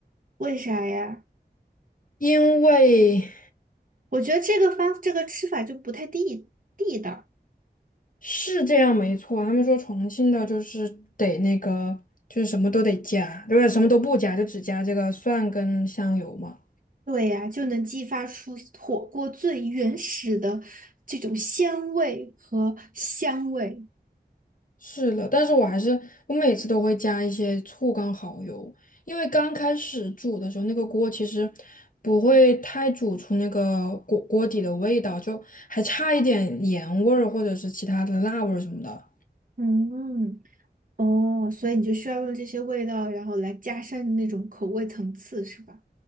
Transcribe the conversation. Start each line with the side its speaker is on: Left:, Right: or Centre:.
Right: 为啥呀？
Left: 因为
Right: 我觉得这个方这个吃法就不太地地道。
Left: 是这样，没错。他们说重庆的就是得那个，就是什么都得加，对吧？什么都不加，就只加这个蒜跟香油嘛。
Right: 对呀，就能激发出火锅最原始的这种鲜味和香味。
Left: 是的，但是我还是我每次都会加一些醋跟蚝油，因为刚开始煮的时候，那个锅其实不会太煮出那个锅锅底的味道，就还差一点盐味儿或者是其他的辣味儿什么的。
Right: 嗯，哦，所以你就需要用这些味道，然后来加深那种口味层次，是吧？